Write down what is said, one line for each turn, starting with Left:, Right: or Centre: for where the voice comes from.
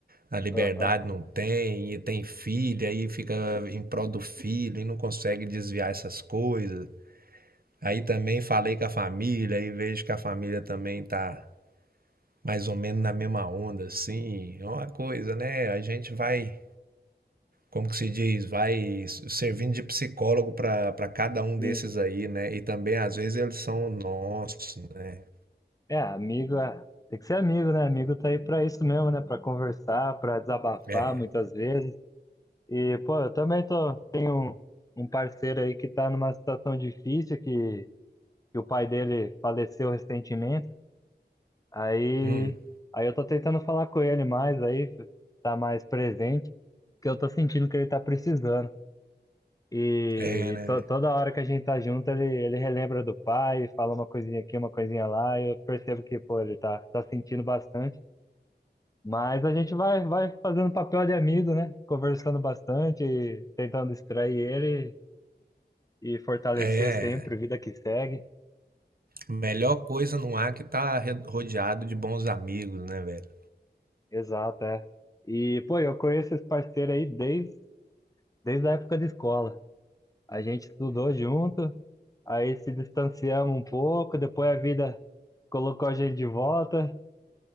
Right: a liberdade
Left: ó, ó,
Right: não tem, e tem filho aí fica em prol do filho, e não consegue desviar essas coisas. Aí também falei com a família, e vejo que a família também tá mais ou menos na mesma onda, assim. É uma coisa, né? A gente vai, como que se diz, vai servindo de psicólogo para para cada um
Left: sim.
Right: desses aí, né? E também, às vezes, eles são nossos, né?
Left: É, amigo, é. Tem que ser amigo, né? Amigo tá aí pra isso mesmo, né? Pra conversar, pra desabafar
Right: É.
Left: muitas vezes. E, pô, eu também tô, tenho um, um parceiro aí que tá numa situação difícil, que, que o pai dele faleceu recentemente. Aí,
Right: Hum.
Left: aí eu tô tentando falar com ele mais, aí tá mais presente, porque eu tô sentindo que ele tá precisando. E
Right: É, né?
Left: to, toda hora que a gente tá junto, ele, ele relembra do pai, fala uma coisinha aqui, uma coisinha lá, e eu percebo que, pô, ele tá, tá sentindo bastante. Mas a gente vai, vai fazendo papel de amigo, né? Conversando bastante, tentando distrair ele E fortalecer
Right: É.
Left: sempre, vida que segue.
Right: Melhor coisa não há que tá re- rodeado de bons amigos, né, velho?
Left: Exato, é. E, pô, eu conheço esse parceiro aí desde, desde a época de escola. A gente estudou junto, aí se distanciamos um pouco, depois a vida colocou a gente de volta,